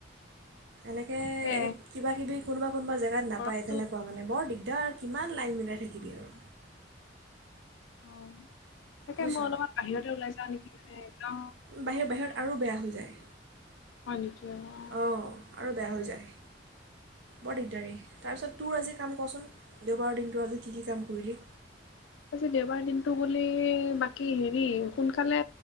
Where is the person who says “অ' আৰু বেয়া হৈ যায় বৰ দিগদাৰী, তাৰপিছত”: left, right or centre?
Right